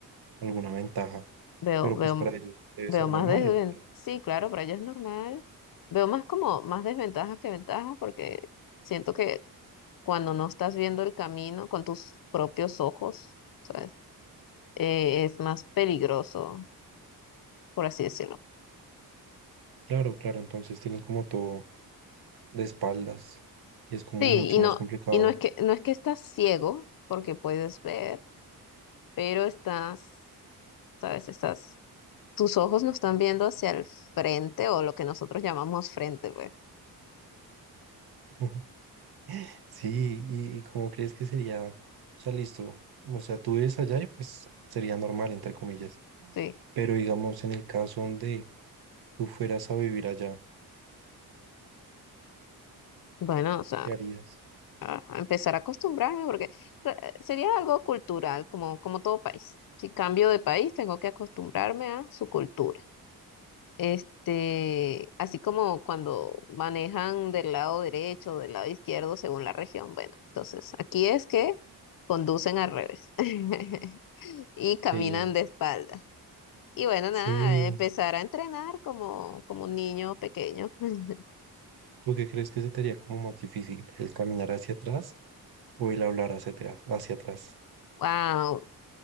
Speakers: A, on the right; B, on the left.
A: alguna ventaja,
B: Veo,
A: pero
B: veo,
A: pues para ellos debe
B: veo
A: ser
B: más
A: normal,
B: desventajas.
A: o sea,
B: Sí, claro, para ella es normal. Veo más como más desventajas que ventajas porque siento que cuando no estás viendo el camino con tus propios ojos, ¿sabes? Eh, es más peligroso, por así decirlo.
A: claro, claro, entonces tienes como todo de espaldas y es como
B: Sí,
A: mucho
B: y no,
A: más complicado.
B: y no es que, no es que estás ciego, porque puedes ver, pero estás, ¿sabes? Estás, tus ojos no están viendo hacia el frente o lo que nosotros llamamos frente, pues.
A: <laughs> Sí, y, y cómo crees que sería, o sea, listo, o sea, tú ves allá y pues sería normal, entre comillas,
B: Sí.
A: pero digamos en el caso donde tú fueras a vivir allá,
B: Bueno, o sea.
A: ¿qué harías?
B: a a empezar a acostumbrarme porque tra- sería algo cultural, como, como todo país. Si cambio de país, tengo que acostumbrarme a su cultura. Este, así como cuando manejan del lado derecho o del lado izquierdo según la región. Bueno, entonces aquí es que conducen al revés <laughs> y caminan
A: Sí,
B: de espalda. Y bueno,
A: sí,
B: nada, empezar a entrenar como, como un niño pequeño. <laughs>
A: ¿tú qué crees que se te haría como más difícil, el caminar hacia atrás o el hablar hacia atrás, hacia atrás?
B: Wow,